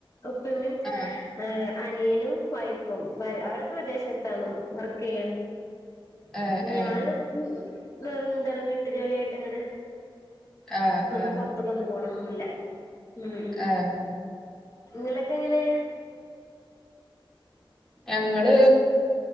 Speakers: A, on the left; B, in the centre.
A: ഉപ്പയുമ്മയും
B: ആഹ്
A: ഏഹ് അനിയനും വൈഫും വൈ അവരൊക്കെ വിദേശത്താണ് വർക്ക് ചെയ്യാണ്
B: ഏഹ്
A: ഞാൻ
B: ഏഹ്
A: വേറെന്താണ് വീട്ടു ജോലിയായിട്ടങ്ങനെ
B: ആഹ്
A: ഇവിടുന്ന്
B: ആഹ്
A: പുറത്തേക്കൊന്നും പോണന്നൊന്നുമില്ല ഉം
B: ആഹ്
A: ഇങ്ങളൊക്കെങ്ങനെ
B: ഞങ്ങള്